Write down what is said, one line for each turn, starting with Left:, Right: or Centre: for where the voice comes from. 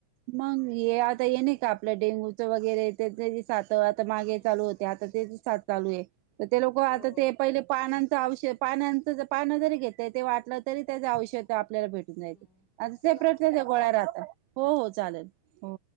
Right: मग? हे आता ये नाही का? आपलं डेंगूचं वगैरे साथ आता मागे
Left: हम्म.
Right: चालू होते. आता तेच साथ चालूये. तर ते लोक आता
Left: हो.
Right: ते, पहिले पानांचं औष पानांचं पान जरी घेतय ते वाटलं तरी त्याच औष- आपल्याला भेटून
Left: हम्म.
Right: जाईल. आ सेपरेट
Left: चला मग ठेवू
Right: गोळ्या
Left: का?
Right: राहता हो हो चालेल. हो.